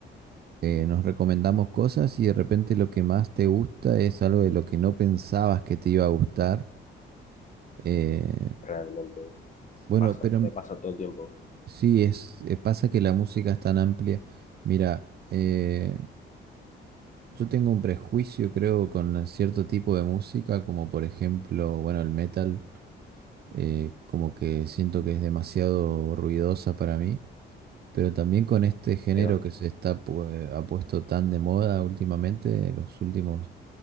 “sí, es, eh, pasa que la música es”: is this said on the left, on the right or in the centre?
Right